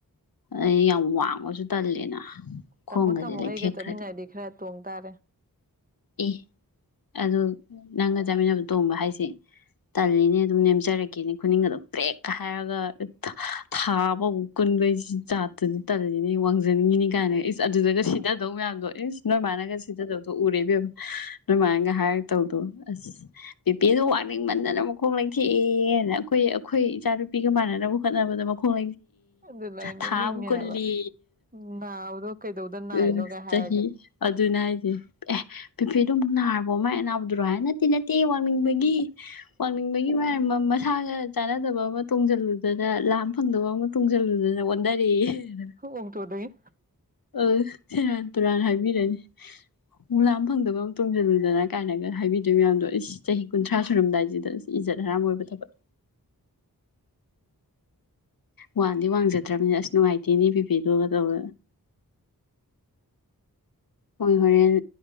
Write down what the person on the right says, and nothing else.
ꯇꯝꯃꯣ
ꯇꯝꯃꯣ
ꯑꯩꯒ ꯆꯠꯃꯤꯟꯅꯔꯗꯤ ꯈꯔ ꯇꯣꯡ ꯇꯥꯔꯦ
ꯑꯗꯨꯅ ꯑꯩ
ꯅꯣꯛꯅꯤꯡꯉꯦ
ꯍꯥꯏꯕ ꯅꯥꯕꯗꯣ ꯀꯩꯗꯧꯗ ꯅꯥꯏꯅꯣꯒ
ꯍꯥꯏꯔꯒ
ꯑꯣꯡꯇꯣꯗꯒꯤ